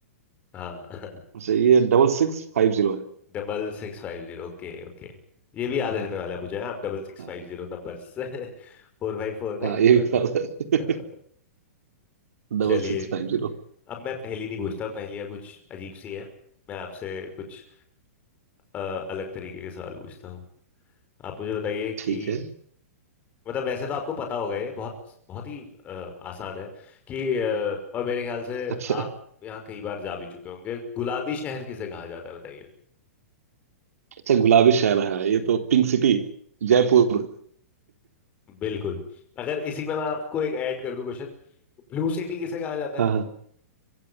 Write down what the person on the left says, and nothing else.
हाँ <laughs>
Double six five zero okay okay ये भी याद रहने वाला है मुझे हाँ, आप डबल सिक्स
फाइव
जीरो नंबर्स फोर फाइव फोर फाइव
<laughs>
चलिए
अब मैं पहेली नहीं पूछता हूँ पहेलियाँ कुछ अजीब सी हैं मैं आपसे कुछ अ, अलग तरीके के सवाल पूछता हूँ आप मुझे बताइए कि
मतलब वैसे तो आपको पता होगा ये बहुत बहुत ही अ, आसान है कि अ, और मेरे ख्याल से
आप यहाँ कई बार जा भी चुके होंगे गुलाबी शहर किसे कहा जाता है बताइए
बिल्कुल अगर इसी में मैं आपको एक ऐड कर दूं क्वेश्चन ब्लू सिटी किसे कहा जाता
है